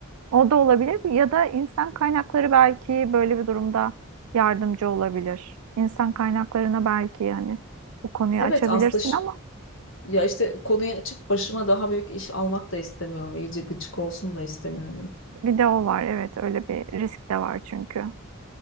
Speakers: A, on the right (about 80°); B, on the left (about 60°).
A: o da olabilir ya da insan kaynakları belki böyle bir durumda yardımcı olabilir. İnsan kaynaklarına belki yani bu konuyu
B: Evet
A: açabilirsin
B: aslında ş-
A: ama
B: ya işte konuyu açıp başıma daha büyük iş almak da istemiyorum. İyice gıcık olsun da istemiyorum.
A: bir de o var. Evet, öyle bir risk de var çünkü.